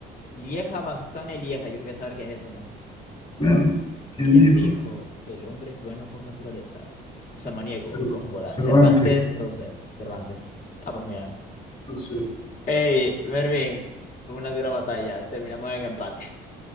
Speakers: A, on the left; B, on the left.
A: Lieja, Bastogne, Lieja. Yo quería saber qué es eso, man.
B: bueno, ¿quién
A: ¿Quién
B: dijo?
A: dijo el hombre es bueno por naturaleza? Samaniego,
B: Cerv-
A: Góngora,
B: Cervantes.
A: Cervantes, Rousseau. Cervantes. Ah, pues mira.
B: No sé.
A: Hey, Mervin, fue una dura batalla. Terminamos en empate.